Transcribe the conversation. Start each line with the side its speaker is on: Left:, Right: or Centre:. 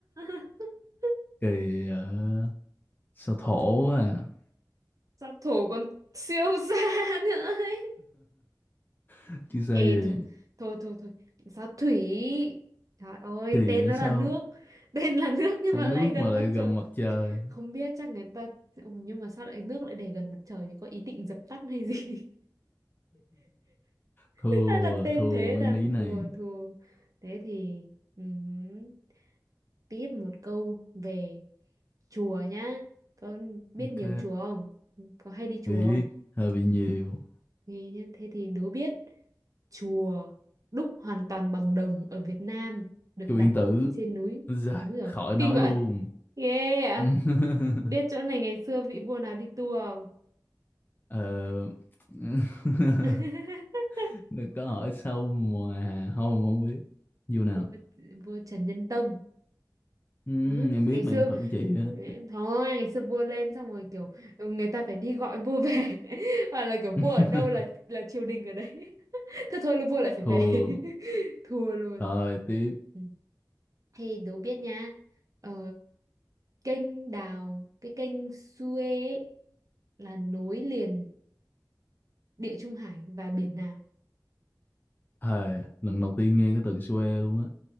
Right: <laughs>
Left: kỳ ờ, sao thổ quá
Right: sao thổ còn siêu xa <laughs> nữa ấy.
Left: à, chứ sao
Right: Ê
Left: gì.
Right: thôi, thôi thôi thôi, sao thủy? Trời ơi,
Left: Kỳ
Right: tên
Left: vậy
Right: nó
Left: sao,
Right: là nước. Tên là nước nhưng
Left: sao
Right: mà
Left: nước
Right: lại gần
Left: mà lại
Right: mặt
Left: gần
Right: trời.
Left: mặt trời.
Right: Không biết chắc người ta Ừ, nhưng mà sao lại nước lại để gần mặt trời thì có ý định dập tắt hay gì? <laughs>
Left: Thua,
Right: Ta đặt tên
Left: thua
Right: thế
Left: mấy
Right: ta,
Left: ní này.
Right: thua thua. Thế thì ừm, tiếp một câu về chùa nhá. Có biết
Left: Ok,
Right: nhiều chùa không? Có hay đi chùa
Left: biết,
Right: không?
Left: hơi bị nhiều.
Right: Nghe nhá, thế thì đố biết. chùa đúc hoàn toàn bằng đồng ở Việt Nam được
Left: Chu
Right: đặt
Left: Yên Tử,
Right: trên núi
Left: Giời,
Right: đúng rồi
Left: khỏi nói
Right: kinh vậy
Left: luôn.
Right: ghê ạ
Left: <laughs>
Right: biết chỗ này ngày xưa vị vua nào đi tour không
Left: Ờ, <laughs>
Right: <laughs>
Left: đừng có hỏi sâu mà không không biết vô nào
Right: vua, vua Trần Nhân Tông
Left: Ừm,
Right: Đó, ngày
Left: em biết
Right: ngày xưa
Left: mà em thử chị á
Right: thôi ngày xưa vua lên xong rồi kiểu người ta phải đi gọi vua về <laughs> hoặc là kiểu vua
Left: <laughs>
Right: ở đâu là là triều đình ở đấy <laughs> thế thôi là vua lại phải
Left: thua
Right: về <laughs> thua luôn
Left: rồi tiếp
Right: Ừ. Thì đố biết nhá Ờ, Kênh Đào, cái kênh Suez ấy, là nối liền Địa Trung Hải và biển nào?
Left: Hề, lần đầu tiên nghe cái từ xuê luôn á